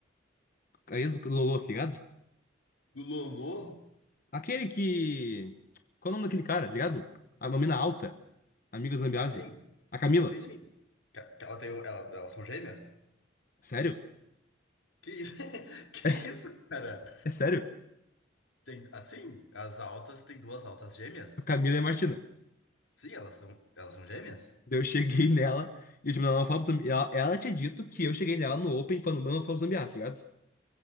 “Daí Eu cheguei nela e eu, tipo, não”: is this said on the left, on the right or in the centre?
Left